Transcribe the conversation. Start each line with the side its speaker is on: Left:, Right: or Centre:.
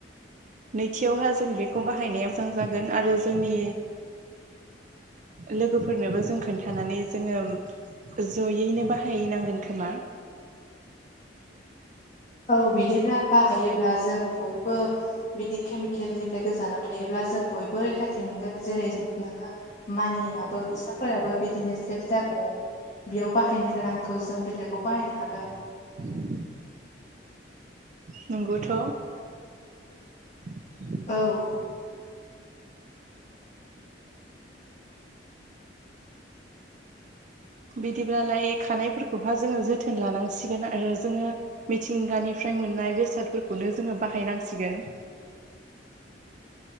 Right: नैथियावहा जोङो बेखौ बाहायनाया मोजां जागोन आरो जोंनि लोगोफोरनोबो जों खोन्थानानै जोङो जय यैनो बाहायनांगोन खोमा
Left: औ बिदिब्ला बाहायोब्ला जों बयबो बिदि केमिकेलनिफ्राय गोजानाव थायोब्ला जों बयबो रैखाथि मोनगोन जेरै नोंहा मानियाबो फैसाफोराबो बिदिनो सेभ जागोन। बेयाव बाहायनो गोनांखौ जों बेलेगाव बाहायनो हागोन।
Right: <inaudible> नंगौथ' <inaudible>
Left: औ
Right: बिदिब्लाालाय खानायफोरखौह जोङो जोथोन लानांसिगोन आरो जोङो मिथिंगानिफ्राय मोननाय बेसादफोरखौनो जोङो बाहायनांसिगोन